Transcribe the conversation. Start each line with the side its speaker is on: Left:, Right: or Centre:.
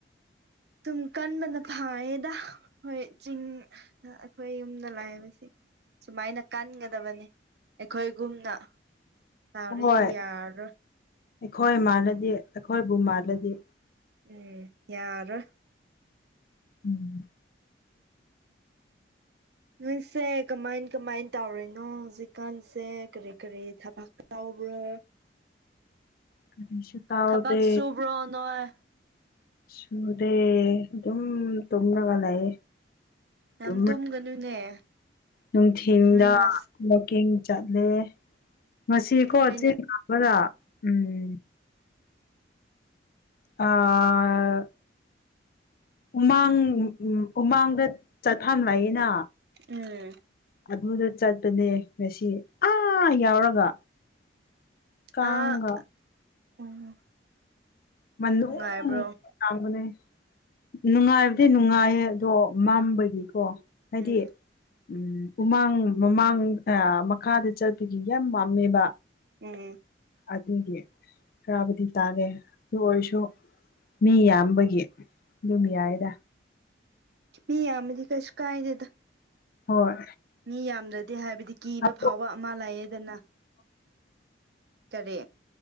Right: ꯇꯨꯝ ꯀꯟꯕꯅ ꯐꯥꯏꯌꯦꯗ ꯑꯩꯈꯣꯏ ꯆꯤꯡ ꯑꯩꯈꯣꯏ ꯌꯨꯝꯗ ꯂꯥꯛꯑꯕꯕꯁꯤ ꯁꯨꯃꯥꯏꯅ ꯀꯟꯒꯗꯕꯅꯤ ꯑꯩꯈꯣꯏꯒꯨꯝꯅ ꯇꯥꯔꯤ
Left: ꯍꯣꯏ
Right: ꯌꯥꯔ
Left: ꯑꯩꯈꯣꯏ ꯃꯥꯜꯂꯗꯤ ꯑꯩꯈꯣꯏꯕꯨ ꯃꯥꯜꯂꯗꯤ
Right: ꯎꯝ ꯌꯥꯔ
Left: ꯎꯝ
Right: ꯅꯣꯏꯁꯦ ꯀꯃꯥꯏ ꯀꯃꯥꯏꯅ ꯇꯧꯔꯤꯅꯣ ꯍꯧꯖꯤꯛꯀꯥꯟꯁꯦ ꯀꯔꯤ ꯀꯔꯤ ꯊꯕꯛ ꯇꯧ ꯭ꯔꯣ
Left: ꯀꯔꯤꯁꯨ ꯇꯥꯎꯗꯦ
Right: ꯊꯕꯥꯥꯛ ꯆꯣ ꯕ꯭ꯔꯣ ꯅꯣꯏ
Left: ꯁꯨꯗꯦ ꯑꯗꯨꯝ ꯇꯣꯨꯝꯅꯒꯂꯏ
Right: ꯌꯥꯝ
Left: ꯒ
Right: ꯇꯨꯝꯒꯅꯨꯅꯦ
Left: ꯅꯨꯡꯊꯤꯟꯗꯦꯡ
Right: ꯅꯣꯏꯅ
Left: ꯆꯠꯂꯦ ꯉꯁꯤꯀꯣ
Right: ꯅꯣꯏꯅ
Left: ꯆꯦꯡ ꯀꯥꯕꯗ ꯎꯝ ꯑ ꯎꯃꯥꯡ ꯎꯃꯥꯡꯗ ꯆꯠꯊꯝꯂꯛꯏꯅ
Right: ꯎꯝ
Left: ꯑꯗꯨꯗ ꯆꯠꯄꯅꯦ ꯉꯁꯤ ꯑꯥ ꯌꯥꯎꯔꯒ ꯀꯒꯥꯥ
Right: ꯑꯥ ꯎꯝ
Left: ꯃꯟ
Right: ꯅꯨꯡꯉꯥꯏꯕ꯭ꯔꯣ
Left: ꯀꯃꯅꯦ ꯅꯨꯡꯉꯥꯏꯕꯗꯤ ꯅꯨꯡꯉꯥꯏꯌꯦ ꯑꯗꯣ ꯃꯝꯕꯒꯤꯀꯣ ꯍꯥꯏꯗꯤ
Right: ꯎꯝ
Left: ꯎꯝ ꯎꯃꯥꯡ ꯃꯃꯥꯡ ꯃꯈꯥꯗ ꯆꯠꯄꯒꯤ ꯌꯥꯝ ꯄꯥꯝꯃꯦꯕ
Right: ꯎꯝ
Left: ꯑꯗꯨꯒꯤ ꯆꯔꯕꯨꯗꯤ ꯇꯥꯒꯦ ꯑꯗꯨ ꯑꯣꯏꯔꯁꯨ ꯃꯤ ꯌꯥꯝꯕꯒꯤ ꯑꯗꯨꯝ ꯌꯥꯏꯗ
Right: ꯄꯤ ꯌꯥ ꯃꯗꯤ ꯀꯁ ꯀꯥꯏꯗꯗ
Left: ꯍꯣꯏ
Right: ꯃꯤ ꯌꯥꯝꯗ꯭ꯔꯗꯦ ꯍꯥꯏꯕꯗꯤ ꯀꯤꯕ
Left: ꯑꯗꯣ
Right: ꯐꯥꯎꯕ ꯑꯃ ꯂꯩꯌꯦꯦꯗꯅ ꯇꯔꯦ